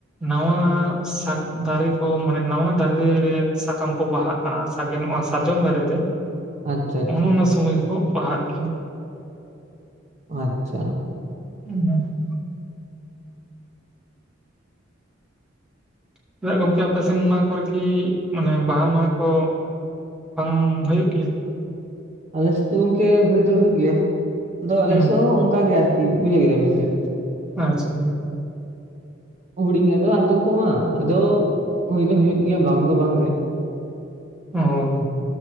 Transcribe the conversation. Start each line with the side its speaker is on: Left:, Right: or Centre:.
Centre: ᱱᱟᱶᱟ ᱥᱟᱠ ᱫᱟᱨᱮ ᱠᱚ ᱢᱟᱱᱮ ᱱᱟᱣᱟ ᱫᱟᱨᱮ ᱨᱮ ᱥᱟᱠᱟᱢ ᱠᱚ ᱵᱟᱦᱟᱜ ᱥᱟᱜᱮᱱᱚᱜ-ᱟ ᱥᱟᱨᱡᱚᱢ ᱫᱟᱨᱮ ᱨᱮ
Right: ᱟᱪᱪᱷᱟ ᱟᱪᱪᱷᱟ
Centre: ᱚᱱᱮ ᱚᱱᱟ ᱥᱚᱢᱚᱭ ᱜᱮᱠᱚ ᱵᱟᱦᱟᱜ ᱜᱮᱭᱟ᱾
Right: ᱟᱪᱪᱷᱟ᱾
Centre: <unintelligible> ᱪᱮᱫᱟᱜ ᱜᱚᱝᱠᱮ ᱟᱯᱮ ᱥᱮᱱ ᱚᱱᱟ ᱠᱚᱨᱮᱠᱤ ᱢᱟᱱᱮ ᱢᱟᱦᱟ ᱢᱟᱦᱟ ᱠᱚ ᱵᱟᱝ ᱦᱩᱭᱩᱜ ᱜᱮᱭᱟ᱾
Right: ᱟᱞᱮ ᱥᱮᱫ ᱫᱚ ᱜᱚᱝᱠᱮ ᱦᱩᱭ ᱫᱚ ᱦᱩᱭᱩᱜ ᱜᱮᱭᱟ, ᱟᱫᱚ ᱟᱞᱮ
Centre: ᱦᱩᱸ
Right: ᱥᱮᱫ ᱦᱚᱸ ᱚᱱᱠᱟ ᱜᱮ ᱟᱨᱠᱤ ᱵᱩᱡᱷᱟᱹᱣ ᱠᱮᱫᱟ ᱵᱤᱱ ᱥᱮ ᱾
Centre: ᱟᱪᱪᱷᱟ ᱾
Right: ᱦᱩᱰᱤᱧ ᱜᱮᱭᱟ ᱥᱮ ᱟᱛᱩ ᱠᱚᱢᱟ ᱟᱫᱚ ᱦᱩᱭ ᱫᱚ ᱦᱩᱭᱩᱜ ᱜᱮᱭᱟ ᱵᱟᱝ ᱫᱚ ᱵᱟᱝᱜᱮ ᱾
Centre: ᱚᱻ